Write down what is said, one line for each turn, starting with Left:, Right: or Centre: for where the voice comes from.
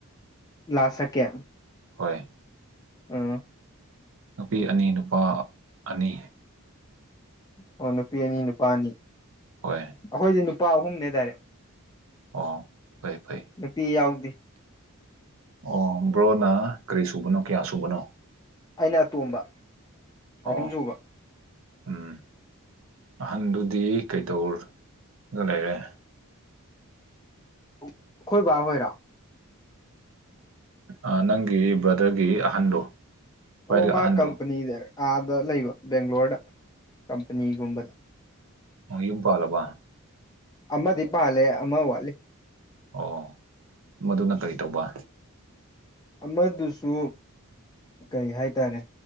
Left: ꯂꯥꯁ ꯁꯦꯀꯦꯜ
Right: ꯍꯣꯏ
Left: ꯑ
Right: ꯅꯨꯄꯤ ꯑꯅꯤ ꯅꯨꯄꯥ ꯑꯅꯤ
Left: ꯑꯣ ꯅꯨꯄꯤ ꯑꯅꯤ ꯅꯨꯄꯥ ꯑꯅꯤ ꯑꯩꯈꯣꯏꯗꯤ
Right: ꯍꯣꯏ
Left: ꯅꯨꯄꯥ ꯑꯍꯨꯝꯅꯦ ꯗꯥꯏꯔꯦꯛ
Right: ꯑꯣ ꯐꯩ ꯐꯩ
Left: ꯅꯨꯄꯤ ꯌꯥꯎꯗꯦ
Right: ꯑꯣ ꯕ꯭ꯔꯣꯅ ꯀꯔꯤ ꯁꯨꯕꯅꯣ ꯀꯌꯥ ꯁꯨꯕꯅꯣ
Left: ꯑꯩꯅ ꯑꯇꯣꯝꯕ
Right: ꯑꯣ
Left: ꯑꯍꯨꯝ ꯁꯨꯕ
Right: ꯎꯝ ꯑꯍꯟꯗꯨꯗꯤ ꯀꯩꯗꯧꯔꯒ ꯂꯩꯔꯦ
Left: ꯑꯩꯈꯣꯏ ꯕꯥ ꯍꯣꯏꯔꯥ
Right: ꯑꯦ ꯅꯪꯒꯤ ꯕ꯭ꯔꯗꯔꯒꯤ ꯑꯍꯟꯗꯣ ꯈ꯭ꯋꯥꯏꯗꯒꯤ
Left: ꯑꯣ ꯃꯥ
Right: ꯑꯍꯟꯗꯣ
Left: ꯀꯝꯄꯅꯤꯗ ꯑꯥꯗ ꯂꯩꯕ ꯕꯦꯡꯒ꯭ꯂꯣꯔꯗ ꯀꯝꯄꯅꯤꯒꯨꯝꯕꯗ
Right: ꯃꯌꯨꯝ ꯄꯥꯂꯕ
Left: ꯑꯃꯗꯤ ꯄꯥꯜꯂꯦ ꯑꯃ ꯋꯥꯠꯂꯤ
Right: ꯑꯣ ꯃꯗꯨꯅ ꯀꯔꯤ ꯇꯧꯕ
Left: ꯑꯃꯗꯨꯁꯨ ꯀꯩ ꯍꯥꯏꯇꯥꯔꯦ